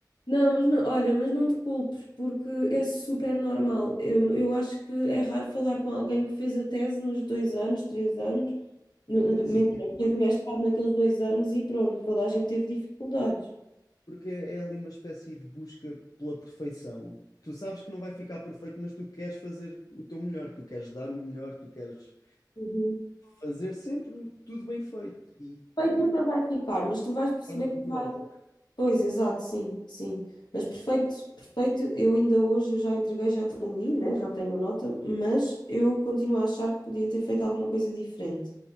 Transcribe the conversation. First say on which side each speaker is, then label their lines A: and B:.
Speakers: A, on the left; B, on the left.
A: Não, mas não, olha, mas não te culpes, porque é super normal. Eu, eu acho que é raro falar com alguém que fez a tese nos dois anos, três anos, no- no-
B: Sim.
A: mentira,
B: é
A: que fez o mestrado naqueles dois anos e pronto, toda a gente teve dificuldades.
B: Porque é é ali uma espécie de busca pela perfeição. Tu sabes que não vai ficar perfeito, mas tu queres fazer o teu melhor, tu queres dar o melhor, tu queres
A: Uhum.
B: fazer sempre tudo bem feito e,
A: Feito
B: e
A: nunca
B: de
A: vai ficar, mas tu vais perceber
B: forma
A: que
B: rigorosa.
A: vai. Pois, exato, sim, sim. Mas perfeito, perfeito, eu ainda hoje eu já entreguei, já defendi, né? Já tenho a nota, mas eu continuo a achar que podia ter feito alguma coisa diferente.